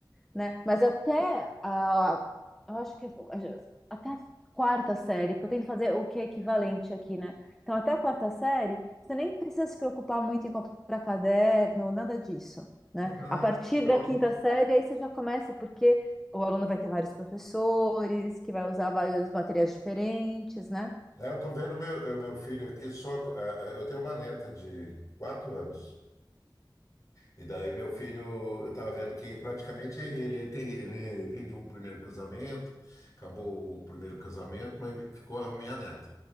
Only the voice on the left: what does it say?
Ah,
legal,
né?
É, eu estou vendo meu, eu- meu filho aqui só. é, é, Eu tenho uma neta de quatro anos. E daí meu filho, eu estava vendo que praticamente ele tem, ele vem de um primeiro casamento, acabou o primeiro casamento, mas ficou a minha neta.